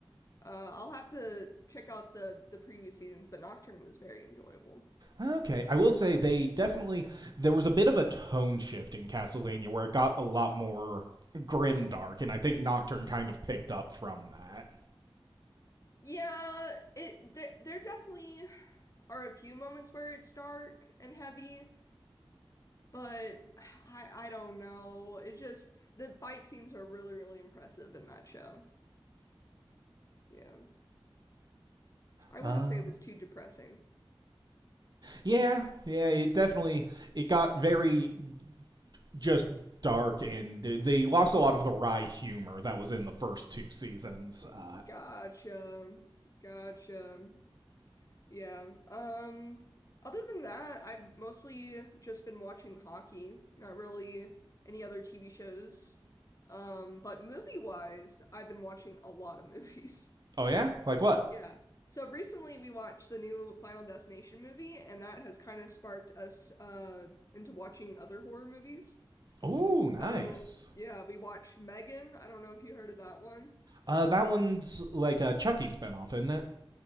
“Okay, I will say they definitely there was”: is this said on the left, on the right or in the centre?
Right